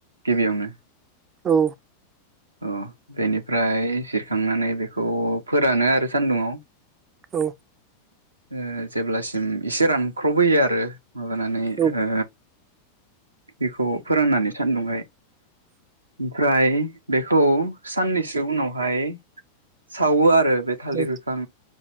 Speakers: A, on the right (about 75°); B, on the right (about 25°).
A: गिबियावनो
B: औ
A: अ बेनिफ्राय ज खांनानै बेखौ फोरानो आरो सान्दुङाव
B: औ
A: ओ जेब्लासिम एसे रानख्र'बहोयो आरो माबानानै
B: औ
A: ओ बेखौ फोराननानै सानन्दुंहाय ओमफ्राय बेखौ साननैसो उनावहाय सावो आरो बे थालिर
B: औ
A: बिफां